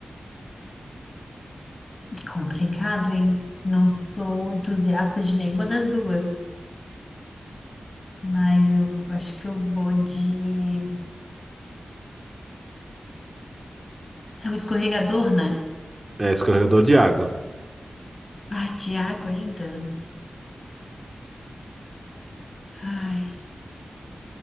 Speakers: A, on the left (about 35°); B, on the right (about 35°).
A: complicado, hein? Não sou entusiasta de nenhuma das duas, mas eu acho que eu vou de. É um escorregador, né?
B: É, escorregador de água.
A: Ah, de água ainda. Ai.